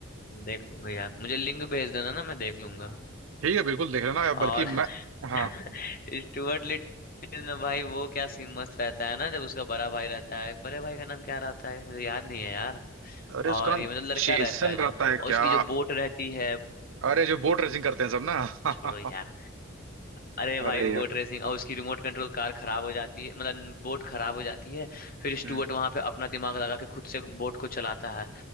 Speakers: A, on the left (about 45°); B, on the right (about 75°).
A: देख लूंगा यार मुझे लिंक भेज देना ना मैं देख लूंगा
B: ठीक है बिल्कुल देख लेना यार बल्कि
A: और <laughs>
B: मैं हाँ
A: स्टुअर्ट लिटिल में भाई वो क्या सीन मस्त रहता है ना जब उसका बड़ा भाई रहता है बड़े भाई का नाम क्या रहता है मुझे याद नहीं है यार
B: अरे
A: और
B: उसका नाम
A: ये मतलब लड़का
B: जेसन
A: रहता है जो
B: रहता है
A: और उसकी
B: क्या
A: जो बोट रहती है
B: अरे जो बोट रेसिंग करते हैं सब ना
A: छोड़ो यार
B: <laughs>
A: अरे
B: अरे
A: भाई बोट
B: यार
A: रेसिंग और उसकी रिमोट कंट्रोल कार खराब हो जाती है मतलब बोट खराब हो जाती है फिर स्टुअर्ट
B: हम्म,
A: वहां पे अपना दिमाग लगा के खुद से बोट को चलाता है